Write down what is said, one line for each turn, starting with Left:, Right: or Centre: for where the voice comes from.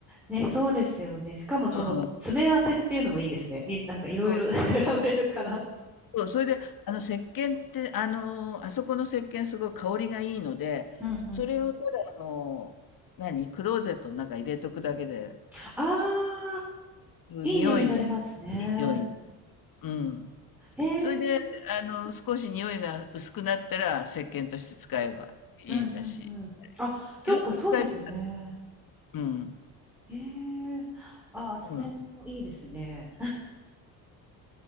Centre: ね、そうですよね。しかもその詰め合わせっていうのもいいですね。
Left: うん、
Centre: い、なんかいろいろ
Left: そうそうそう。
Centre: <laughs> 選べるから。
Left: そう、それで、あの、石鹸って、あの、あそこの石鹸すごい香りがいいので、
Centre: うんうん。
Left: それをただ、あの、何クローゼットの中入れとくだけで、
Centre: ああ、いい匂いになりますね。
Left: 匂いが、いい匂い。うん。
Centre: へえ。
Left: それで、あの、少し匂いが薄くなったら、石鹸として使えばいいんだし、
Centre: うんうんうん。あ、そうか、
Left: いろいろ使えば、
Centre: そうですね。
Left: うん。
Centre: へえ。ああ、それもいいですね。
Left: そうなの